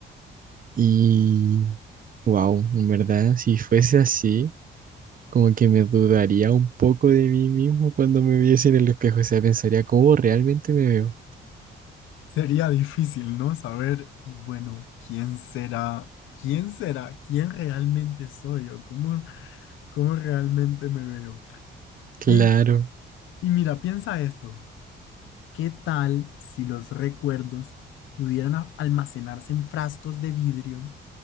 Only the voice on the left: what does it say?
Sería difícil, ¿no? Saber, y bueno, ¿quién será? ¿Quién será? ¿Quién realmente soy? ¿O cómo, cómo realmente me veo?
Y, y mira, piensa esto. ¿Qué tal si los recuerdos pudieran a- almacenarse en frascos de vidrio?